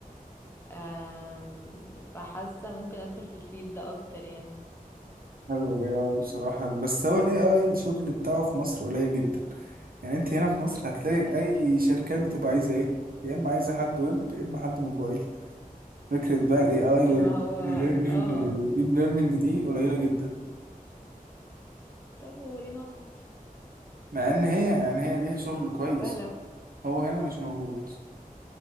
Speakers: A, on the left (about 15°); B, on the right (about 70°).
A: أم، فحاسة ممكن أدخل في الفيلد ده أكتر يعني
B: حلو الاي اي بصراحه بس هو الاي اي الشغل بتاعه في مصر قليل جدا يعني انت هنا في مصر هتلاقي
A: م-
B: اي شركات بتبقى عايزه ايه يا اما عايزه حد ويب يا اما حد موبايل فكره بقى الاي اي والديب
A: ما هو اه
B: ليرنينج دي قليله جدا
A: طب وليه نقعد في مصر
B: مع ان هي يعني هي ليها شغل كويس
A: سهلة
B: هو هنا مش موجود